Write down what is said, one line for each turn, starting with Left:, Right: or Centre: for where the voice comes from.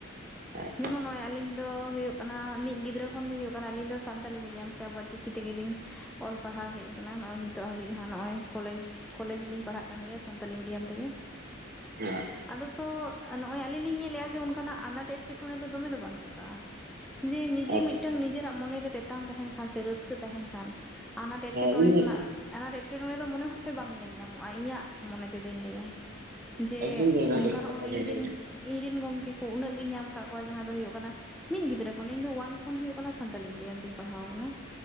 Right: ᱦᱮᱸ
Centre: ᱡᱮᱢᱚᱱ ᱱᱚᱜᱼᱚᱭ ᱟᱹᱞᱤᱧ ᱫᱚ ᱦᱩᱭᱩᱜ ᱠᱟᱱᱟ ᱢᱤᱫ ᱜᱤᱫᱽᱨᱟᱹ ᱠᱷᱚᱱ ᱜᱮ ᱦᱩᱭᱩᱜ ᱠᱟᱱᱟ ᱟᱞᱤᱧ ᱫᱚ ᱥᱟᱱᱛᱟᱞᱤ ᱢᱤᱰᱤᱭᱟᱢ ᱥᱮ ᱟᱵᱚᱣᱟᱜ ᱪᱤᱠᱤ ᱛᱮᱜᱮᱞᱤᱧ ᱚᱞ ᱯᱟᱲᱦᱟᱣ ᱦᱮᱡ ᱟ ᱱᱚᱜᱼᱚᱭ ᱱᱤᱛᱚᱜ ᱦᱟᱹᱵᱤᱡ ᱦᱜ ᱱᱚᱜᱼᱚᱭ ᱠᱚᱞᱮᱡᱽ ᱠᱚᱞᱮᱡᱽ ᱞᱤᱧ ᱯᱟᱲᱦᱟᱜ ᱠᱟᱱ ᱜᱮᱭᱟ ᱥᱟᱱᱛᱟᱞᱤ ᱢᱤᱰᱤᱭᱟᱢ ᱛᱮᱜᱮ᱾
Right: ᱦᱮᱸ
Centre: ᱟᱫᱚ ᱛᱚ ᱱᱚᱜᱼᱚᱭ ᱟᱞᱤᱧ ᱞᱤᱧ ᱧᱮᱞᱮᱫᱼᱟ ᱡᱮ ᱚᱱᱠᱟᱱᱟᱜ ᱟᱱᱟᱴ ᱮᱴᱠᱮᱴᱚᱬᱮ ᱫᱚ ᱫᱚᱢᱮ ᱫᱚ ᱵᱟᱹᱱᱩᱜ ᱠᱟᱜᱼᱟ᱾ ᱡᱮ ᱱᱤᱡᱮ
Right: ᱟᱪᱪᱷᱟ
Centre: ᱢᱤᱫᱴᱟᱝ ᱱᱤᱡᱮᱨᱟᱜ ᱢᱚᱱᱮᱨᱮ ᱛᱮᱛᱟᱝ ᱛᱟᱦᱮᱱ ᱠᱷᱟᱱ ᱥᱮ ᱨᱟᱹᱥᱠᱟᱹ ᱛᱟᱦᱮᱱ ᱠᱷᱟᱱ, ᱟᱱᱟᱴ ᱮᱴᱠᱮᱴᱚᱬᱮ
Right: ᱦᱮᱸ ᱤᱱᱟᱹᱜᱮ
Centre: ᱠᱷᱚᱱᱟᱜ ᱟᱱᱟᱴ ᱮᱴᱠᱮᱴᱚᱬᱮ ᱫᱚ ᱢᱚᱱᱮ ᱵᱟᱝ ᱧᱮᱞ ᱧᱟᱢᱚᱜᱼᱟ ᱤᱧᱟᱹᱜ ᱢᱚᱱᱮ ᱛᱮᱫᱩᱹᱧ ᱞᱟᱹᱭᱟ ᱡᱮ
Right: ᱮᱠᱫᱚᱢ ᱜᱮ ᱱᱚᱣᱟ
Centre: ᱚᱱᱠᱟ
Right: ᱡᱚᱛᱷᱟᱛ
Centre: ᱦᱚᱸᱜᱚᱭ
Right: ᱠᱟᱛᱷᱟ
Centre: ᱤᱧᱨᱮᱱ
Right: ᱵᱤᱱ ᱞᱟᱹᱭ
Centre: ᱤᱧ ᱨᱮᱱ ᱜᱚᱢᱠᱮ ᱠᱚ ᱩᱱᱟᱹᱜ ᱜᱤᱧ ᱧᱟᱢ ᱠᱟᱜ ᱠᱚᱣᱟ ᱡᱟᱦᱟᱸ ᱫᱚ ᱦᱩᱭᱩᱜ ᱠᱟᱱᱟ, ᱢᱤᱫ ᱜᱤᱫᱽᱨᱟᱹ ᱠᱷᱚᱱ ᱤᱧ ᱫᱚ ᱳᱭᱟᱱ ᱠᱷᱚᱱ ᱦᱩᱭᱩᱜ ᱠᱟᱱᱟ ᱥᱟᱱᱛᱟᱞᱤ ᱢᱤᱰᱤᱭᱟᱢ ᱛᱤᱧ ᱯᱟᱲᱦᱟᱣ ᱠᱟᱱᱟ᱾